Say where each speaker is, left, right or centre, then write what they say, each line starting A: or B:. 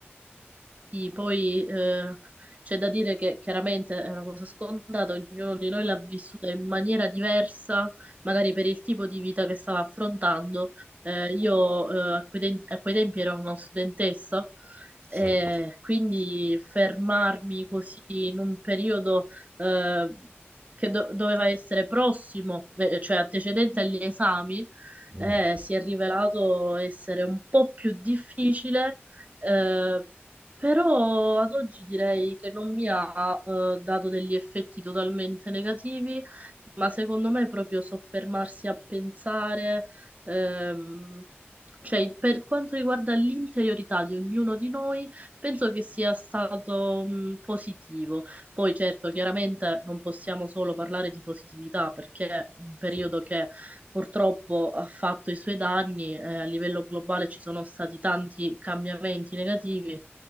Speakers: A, on the right; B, on the right.
A: Sì, poi eh, c'è da dire che chiaramente è una cosa scontata, ognuno di noi l'ha vissuta in maniera diversa, magari per il tipo di vita che stava affrontando. Eh, io eh, a quei, tem- a quei tempi ero una studentessa, e
B: sì,
A: quindi fermarmi così in un periodo eh, che do- doveva essere prossimo, eh, cioè antecedente agli esami,
B: mm,
A: eh, si è rivelato essere un po' più difficile eh, però ad oggi direi che non mi ha eh, dato degli effetti totalmente negativi, ma secondo me proprio soffermarsi a pensare, ehm, cioè per quanto riguarda l'interiorità di ognuno di noi, penso che sia stato mh, positivo. Poi certo, chiaramente non possiamo solo parlare di positività perché è un periodo
B: sì.
A: che purtroppo ha fatto i suoi danni, eh, a livello globale ci sono stati tanti cambiamenti negativi